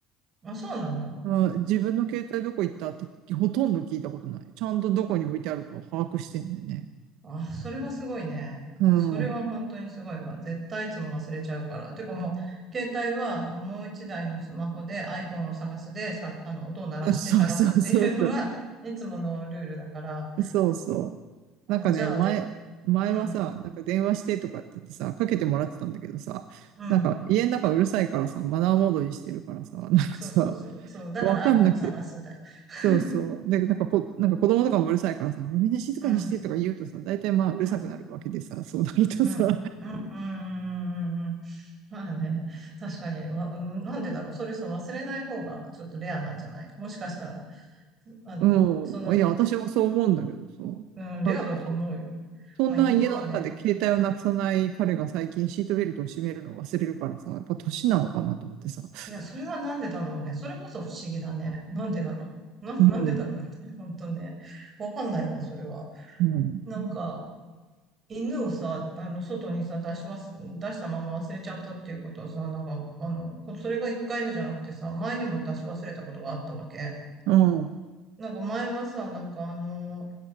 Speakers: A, on the right; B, on the right.
A: あ、そうなんだ。
B: うん自分の携帯どこ行ったってほとんど聞いたことない。ちゃんとどこに置いてあるか把握してんだよね。
A: あ、それはすごいね。
B: うん。
A: それは本当にすごいわ。絶対いつも忘れちゃうから。てかもう、携帯は、あの、もう一台のスマホで iPhone を探すで、さ、あの、音を鳴らして探すっていうのが、
B: あそうそうそうそう。
A: いつものルールだから。
B: そうそう。
A: あ、
B: なんかね、
A: じゃあ、
B: 前、
A: ぜ、
B: 前はさ、
A: うん、
B: なんか電話してとかって言ってさ、かけてもらってたんだけどさ、
A: うん。
B: なんか家の中うるさいからさ、マナーモードにしてるからさ、なんかさ、
A: そうそうそう。そう。だから
B: わかんなくて。
A: iPhone を探すだよ。<laughs>
B: そうそう。で、なんかこ、なんか子供とかもうるさいからさ、みんな静かにしてとか言うとさ、
A: うん。
B: 大体まあうるさくなるわけでさ、
A: うん。
B: そうなるとさ、
A: うん。うん。うん。まあね。確かに。わ、うん、なんでだろう。それさ忘れない方がちょっとレアなんじゃないもしかしたら、あの、
B: うん。
A: その、
B: いや、私もそう思うんだけどさ。
A: うん、レアだと思うよ。
B: まあ、でもそ、そんな家の中で携帯をなくさない彼が最近シートベルトを締めるのを忘れるからさ、
A: まあ犬はね、
B: やっぱ年なのかなと思ってさ。
A: いや、それはなんでだろうね。それこそ不思議だね。なんでだろう。な、
B: うん。
A: なんでだろうね。<laughs> 本当ね。わかんないわ、それは。
B: うん。
A: なんか、犬をさ、あの、外にさ、出しわす、出したまま忘れちゃったっていうことはさ、なんか、あの、こそれが一回目じゃなくてさ、前にも出し忘れたことがあったわけ。
B: うん。う
A: なんか前はさ、なんかあの、